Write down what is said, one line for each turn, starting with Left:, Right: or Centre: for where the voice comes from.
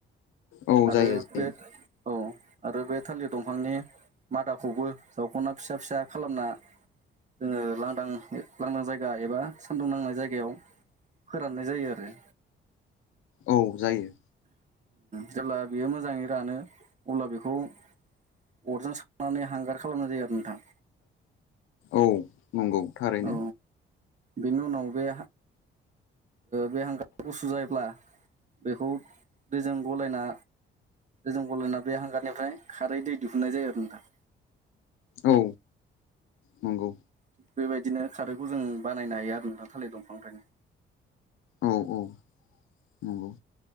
Left: औ
Right: आरो
Left: जायो जायो
Right: बे औ आरो बे थालिर दंफांनि मादाखौबो जावख'ना फिसा फिसा खालामना जोङो लांदां लांदां जायगा एबा सान्दुं नांनाय जायगायाव फोराननाय जायो आरो
Left: औ जायो
Right: जेब्ला बियो मोजाङै रानो अब्ला बेखौ अरजों सावनानै हांगार खालामनाय जायो आरो नोंथां
Left: औ नंगौ थारैनो
Right: औ बेनि उनाव बे बे हांगार गुसु जायोब्ला बेखौ दैजों गलायना जों गलायना बे हांगारनिफ्राय खारै दै दिहुननाय जायो आरो नोंथां।
Left: औ नंगौ।
Right: थिग बेबायदिनो खारैखौ जों बानायनो हायो आरो नोंथां थालिर दंफांनिफ्रायनो
Left: औ औ नंगौ